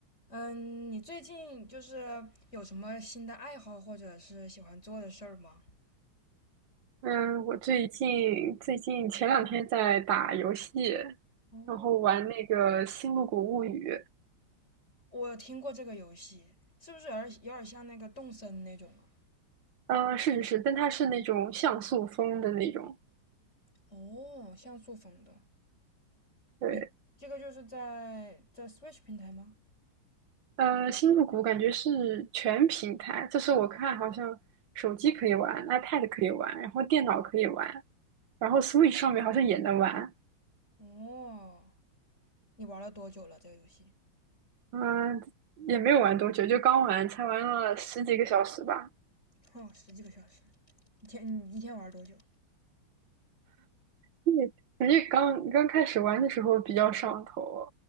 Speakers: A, on the left; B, on the right.
A: 嗯，你最近就是有什么新的爱好或者是喜欢做的事儿吗？
B: 嗯，我最近最近前两天在打游戏，
A: 哦
B: 然后玩那个《星露谷物语》。
A: 我听过这个游戏，是不是有点有点像那个动森那种啊？
B: 呃，是是是，但它是那种像素风的那种。
A: 哦，像素风的。
B: 对，
A: 你这个就是在在 Switch 平台吗？
B: 呃，《星露谷》感觉是全平台，就是我看好像手机可以玩，iPad 可以玩，然后电脑可以玩，然后 Switch 上面好像也能玩。
A: 哦，你玩了多久了这个游戏？
B: 嗯，也没有玩多久，就刚玩，才玩了十几个小时吧。
A: 哦，十几个小时。一天你一天玩多久？
B: <laughs> 对，感觉刚刚开始玩的时候比较上头，